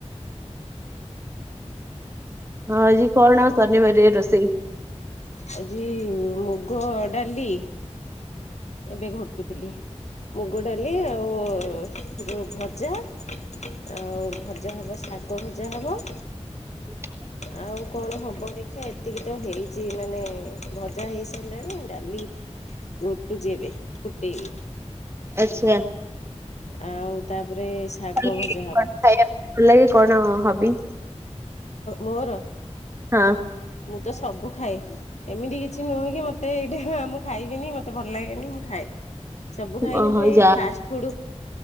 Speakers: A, on the right; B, on the left.
A: ହଁ ଆଜି କଅଣ ସନିିବାରିଆ ରୋଷେଇ?
B: ଆଜି ମୁଗ ଡାଲି। ଏ ଟିକେ ଘୋଟୁଥିଲି ମୁଗ ଡାଲି ଆଉ ସେ ଯୋଉ ଭଜା। ଆଉ ଭଜା ହବ ଶାଗ ଭଜା ହବ।
A: ହ
B: ଆଉ କଣ ହବ ଦେଖିଆ ଏତିକି ତ ହେଇଚି ମାନେ ଭଜା ହେଇସାରଲାଣି ଡାଲି ଘୋଟୁଚି ଏବେ ଫୁଟେଇବି।
A: ଆଛା।
B: ଆଉ ତାପରେ ଶାଗ
A: ଲାଗେ
B: ଭଜା ହବ।
A: କଣ ଖାଇବା ଲାଗେ କଣ ହବି?
B: ମୋର
A: ହଁ
B: ମୁଁ ତ ସବୁ ମୁ ଖାଏ ଏମିତି କିଛି ନୁହେଁ କି ମତେ ଏଇଟା ମୁଁ ଖାଇବିନି ମତେ ଭଲ ଲାଗେନି ମୁଁ ଖାଏ। ସବୁ ଖାଇ
A: ଓହୋ
B: କିନ୍ତୁ ଏଇ
A: ଯା
B: ଫାଷ୍ଟ ଫୁଡ